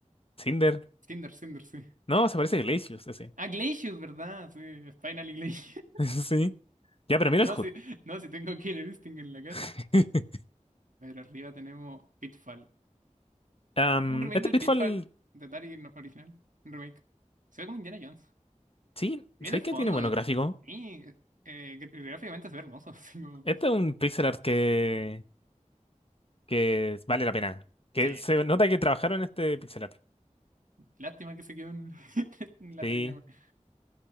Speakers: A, on the left; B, on the right.
A: Cinder.
B: Cinder, Cinder, sí.
A: No, se parece a Glacius ese.
B: Ah, Glacius, ¿verdad? Sí, Spinal y Glacius. <laughs>
A: <laughs> Sí. Ya, pero mira
B: No,
A: el HUD.
B: sí, no, sí tengo Killer Instinct en la casa.
A: <laughs>
B: A ver, arriba tenemos Pitfall.
A: Am,
B: Un remake
A: este
B: del
A: Pitfall,
B: Pitfall de Atari no- original. Un remake. Se ve como Indiana Jones.
A: sí,
B: Mira
A: sé
B: el fondo.
A: que tiene buenos gráficos.
B: Sí, eh, gr- gráficamente se ve hermoso. <laughs> Así como...
A: Este es un pixel art que, que vale la pena. Que
B: Sí,
A: se nota que trabajaron en este pixel art.
B: lástima que se quedó en, <laughs> en la
A: Sí.
B: trella. <laughs>